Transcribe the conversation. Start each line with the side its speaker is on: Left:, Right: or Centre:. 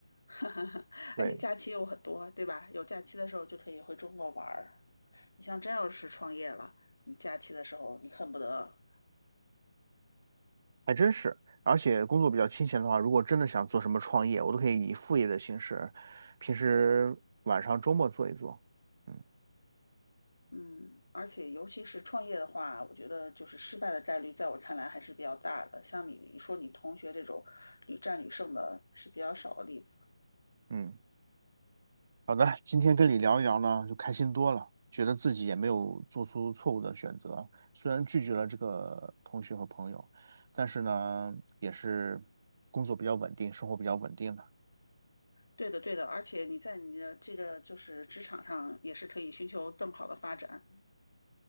Left: <laughs>
Right: 对，
Left: 而且假期又很多，对吧？有假期的时候就可以回中国玩儿。你像真要是创业了，你假期的时候你恨不得，
Right: 还真是。而且工作比较清闲的话，如果真的想做什么创业，我都可以以副业的形式，平时晚上周末做一做。嗯
Left: 嗯，而且尤其是创业的话，我觉得就是失败的概率，在我看来还是比较大的。像你你说你同学这种屡战屡胜的，是比较少的例子。
Right: 嗯。好的，今天跟你聊一聊呢，就开心多了，觉得自己也没有做出错误的选择。虽然拒绝了这个同学和朋友，但是呢，也是工作比较稳定，生活比较稳定的。
Left: 对的，对的，而且你在你的这个就是职场上也是可以寻求更好的发展。